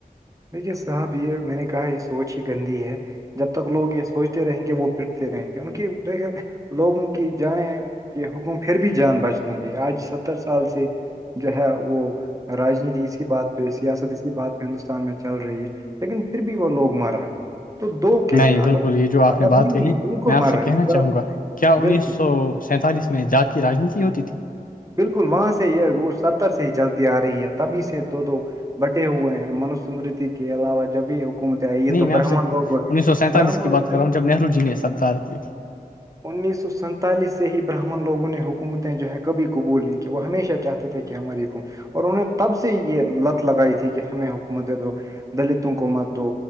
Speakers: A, on the right; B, on the left.
A: دیکھیے صاحب یہ میں نے کہا یہ سوچ ہی گندی ہے جب تک لوگ یہ سوچتے رہیں گے وہ پھرتے رہیں گے ان کی دیکھیں لوگوں کی جانیں کہ حکم پھر بھی جان بچنے دے آج ستر سال سے جو ہے وہ راجنیتی اسی بات پہ سیاست اسی بات پہ ہندوستان میں چل رہی ہے لیکن پھر بھی وہ لوگ مر رہے ہیں تو دو کیس
B: نہیں
A: میں اگر
B: بالکل یہ جو آپ
A: اگر
B: نے بات
A: نہیں
B: کہی
A: نہیں نہیں، بالکل
B: میں آپ
A: مر
B: سے
A: رہے
B: کہنا
A: ہیں نہیں غلط
B: چاہوں گا کیا انیس
A: بالکل
B: سو سینتالیس میں جات کی رانیتی ہوتی تھی
A: بالکل وہاں سے یہ وہ ستر سے ہی چلتی آ رہی ہے تبھی سے دو دو بٹے ہوئے ہیں منوسمرتی کے علاوہ جبھی یہ
B: نہیں
A: تو
B: میں
A: برہمن
B: آپ سے
A: لوگ
B: انیس سو سینتالیس
A: برمن
B: کی بات کر رہا ہوں جب نہرو جی نے سردارت لی تھی۔
A: انیس سو سینتالیس سے ہی براہمن لوگوں نے حکومتیں جو ہے کبھی کو بول نہیں کہ وہ ہمیشہ چاہتے تھے کہ ہماری کوم اور انہوں نے تب سے یہ لت لگائی تھی کہ ہمیں حکومت دے دو دلتوں کو مت دو